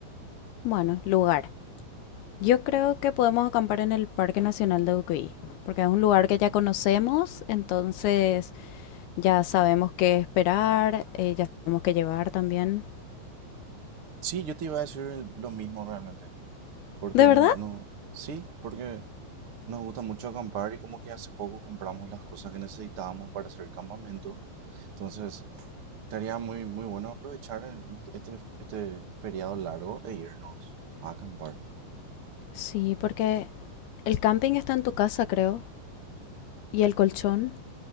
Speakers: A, on the left; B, on the right.
A: bueno, lugar. Yo creo que podemos acampar en el Parque Nacional de Ucuy, porque es un lugar que ya conocemos, entonces ya sabemos qué esperar, eh, ya sabemos qué llevar también.
B: Sí, yo te iba a decir el- lo mismo realmente, porque
A: ¿De verdad?
B: nos, nos- sí, porque nos gusta mucho acampar y como que hace poco compramos las cosas que necesitábamos para hacer el campamento. Entonces, Estaría muy, muy bueno aprovechar el- este, este feriado largo e irnos a acampar.
A: Sí, porque el camping está en tu casa, creo, y el colchón.